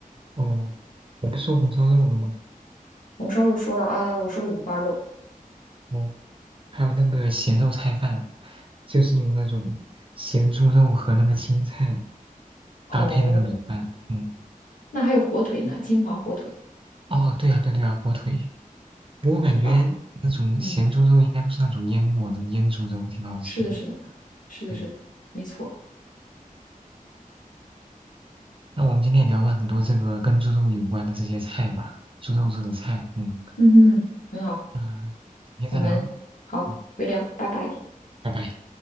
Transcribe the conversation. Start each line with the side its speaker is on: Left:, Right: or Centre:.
Right: 哦，我们说红烧肉了吗？
Left: 红烧肉说了啊，我说了五花肉，
Right: 哦，还有那个咸肉菜饭，就是用那种咸猪肉和那个青菜
Left: 哦，
Right: 搭配那个米饭，嗯，
Left: 那还有火腿呢，金华火腿，
Right: 哦，对呀、对啊对呀、火腿。不过感觉那种咸猪肉应该都是那种腌过的，
Left: 对吧？嗯，
Right: 腌猪肉挺好吃的。
Left: 是的，是的，是的，
Right: 对，
Left: 是的，没错。
Right: 那我们今天也聊了很多这个跟猪肉有关的这些菜吧，猪肉做的菜，嗯，
Left: 嗯哼，很好。
Right: 啊，明天再聊，
Left: 我们好，
Right: 嗯，
Left: 回聊，拜拜。
Right: 拜拜。